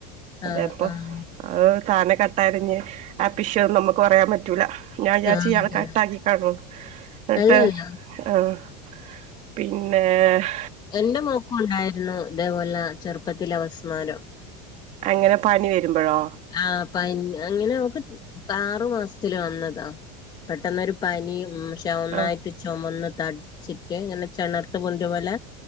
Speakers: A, on the right; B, on the left.
A: അതെപ്പാെ
B: ആഹ് ആഹ്
A: അത് കാരനെകാ കരഞ്ഞ് ആപ്പിശ്യോന്ന് നമ്മക്ക് പറയാൻ പറ്റൂല ഞാൻ വിചാരിച്ച്
B: ആഹ്
A: ഇയാള്
B: അതെ
A: കട്ടാക്കിക്കാണോന്ന് ഇട്ത്ത്
B: അല്ലല്ല
A: ആഹ് പിന്നേഹ്
B: എന്റെ മോക്കും ഉണ്ടായിരുന്നു ഇതെപോലെ ചെറ്പ്പത്തില അവസ്മാരം
A: അത് എങ്ങനെ പനി വെരുമ്പഴോ
B: ആഹ് പൻ അങ്ങനെ ഓക്ക് ആറ്മാസ്ത്തില് വന്നതാ പെട്ടെന്നാെരു പനീം ഉം ശ് റ്റ ഒന്നായിട്ട്
A: ആഹ്
B: ചൊമന്ന് തട്ച്ചിട്ട് ഇങ്ങനെ ചെണർത്ത് പൊന്തിയ പോലെ